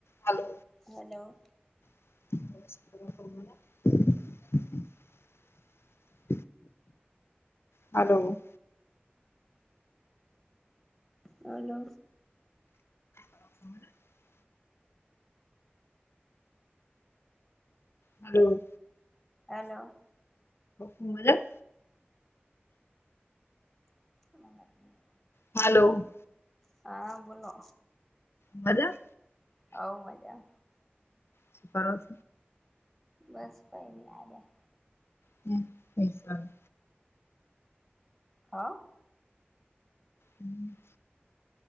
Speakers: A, on the left; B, in the centre.
A: Hello
B: hello.
A: <inaudible> હાલો!
B: Hello!
A: <inaudible> હમ્મ.
B: Hello!
A: મતલબ
B: <inaudible>
A: હાલો!
B: હા, બોલો.
A: મજામાં?
B: હવ મજામાં.
A: હ શું કર સ.
B: બસ કઈ ની આર્યા.
A: હમ્મ પૈસા <inaudible>
B: હ.
A: હમ્મ.